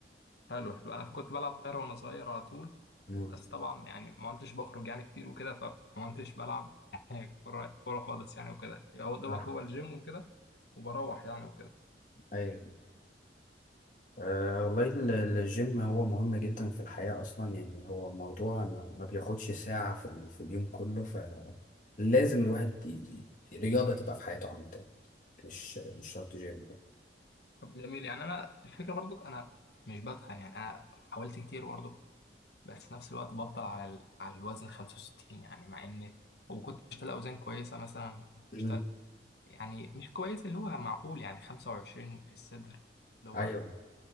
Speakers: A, on the left; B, on the left.
A: حلو حلو انا كنت بلعب طايره وانا صغير على طول
B: مم.
A: بس طبعا يعني ما كنتش بخرج يعني كتير وكده فما كنتش بلعب يعني كوره كوره خالص يعني وكده هو دوبك
B: نعم.
A: هو الجيم وكده وبروح يعني وكده
B: أيوة أه والله ال- الجيم هو مهم جدا في الحياة أصلا يعني هو موضوع ما, ما بياخدش ساعة في, ال- في اليوم كله فلازم الواحد ي- ي- رياضة تبقى في حياته عامة مش مش شرط جيم
A: طب جميل يعني انا الفكره برضو انا مش بتخن يعني انا حاولت كتير برضو بس في نفس الوقت بفضل على ال... على الوزن 65 يعني مع ان وكنت بشتغل اوزان كويسه مثلا كنت
B: مم.
A: بشتغل يعني مش كويس اللي هو معقول يعني 25 في الصدر اللي هو
B: أيوة